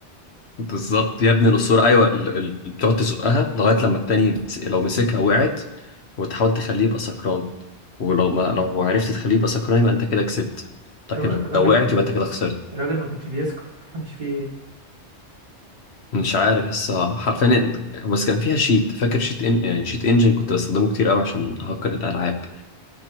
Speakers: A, on the left (about 70°); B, on the right (about 55°).
A: بالظبط يا ابن الاسطوره ايوه ال- ال- بتقعد تزقها لغايه لما التاني يمس... لو مسكها وقعت وتحاول تخليه يبقى سكران ولو ما لو عرفت تخليه يبقى سكران يبقى انت كده كسبت لكن
B: ايوه الراجل
A: لو وقعت
B: ما كانش
A: يبقى انت كده خسرت
B: الراجل ما كانش بيسكر ما تفهمش فيه ايه
A: مش عارف لسه حرفيا بس كان فيها شيت فاكر شيت ان... يعني شيت انجن كنت بستخدمه كتير قوي عشان هكر الالعاب